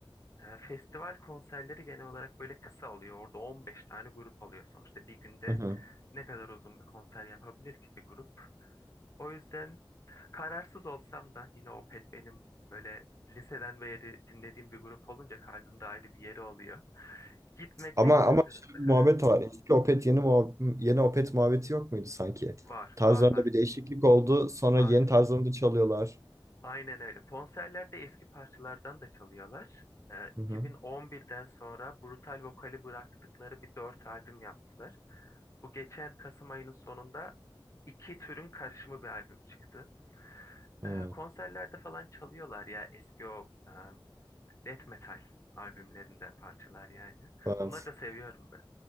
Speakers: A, on the left; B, on the right.
A: e, festival konserleri genel olarak böyle kısa oluyor. Orada 15 tane grup oluyor sonuçta. Bir günde
B: Hı hı.
A: ne kadar uzun bir konser yapabilir ki bir grup? O yüzden kararsız olsam da yine Opet benim böyle liseden beri dinlediğim bir grup olunca kalbimde ayrı bir yeri oluyor. Gitmekle
B: Ama
A: gitmemek
B: ama
A: arasında
B: şöyle bir
A: kararsız.
B: muhabbet de var. Eski Opet yeni muhab- yeni Opet muhabbeti yok muydu sanki?
A: Var,
B: Tarzlarında
A: var, var,
B: bir değişiklik oldu. Sonra
A: var.
B: yeni tarzlarını da çalıyorlar.
A: Aynen öyle. Konserlerde eski parçalardan da çalıyorlar. Ee,
B: Hı
A: 2011'den
B: hı.
A: sonra Brutal Vokal'i bıraktıkları bir dört albüm yaptılar. Bu geçen Kasım ayının sonunda iki türün karışımı bir albüm çıktı.
B: Hı
A: Ee,
B: hı.
A: konserlerde falan çalıyorlar ya eski o e, death metal albümlerinden parçalar yani.
B: Evet.
A: Onları da seviyorum ben.